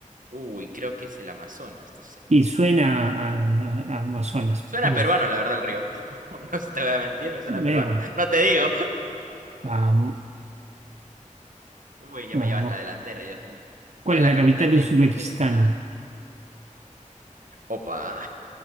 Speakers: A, on the right (about 80°); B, on the right (about 55°).
A: Uy, creo que es el Amazonas, no sé.
B: Y suena a, a- a Amazonas,
A: Suena
B: Purús.
A: peruano, la verdad, el río. <laughs> No se te voy a mentir, me suena
B: luego
A: peruano. No te digo.
B: Vamos,
A: Uy, ya
B: vamos.
A: me llevas la delantera, Dios mío.
B: ¿Cuál
A: ¿Cuál es
B: es
A: la
B: la
A: capital
B: capital de
A: de
B: Uzbekistán?
A: Uzbekistán? Opa.